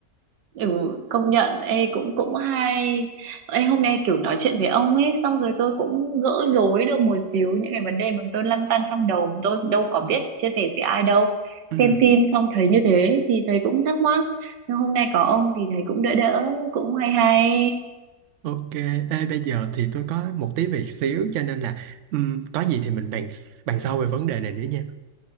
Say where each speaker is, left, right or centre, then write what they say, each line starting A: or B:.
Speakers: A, on the right; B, on the right.
A: ừ công nhận ê cũng cũng hay ê hôm nay kiểu nói chuyện với ông ấy xong rồi tôi cũng gỡ rối được một xíu những cái vấn đề mà tôi lăn tăn trong đầu mà tôi đâu có biết chia sẻ với ai đâu
B: Ừ,
A: xem phim xong thấy như thế thì thấy cũng thắc mắc nhưng hôm nay có ông thì thấy cũng đỡ đỡ cũng hay hay
B: ok, Ê, bây giờ thì tôi có một tí việc xíu cho nên là ừ, có gì thì mình bàn bàn sau về vấn đề này nữa nha.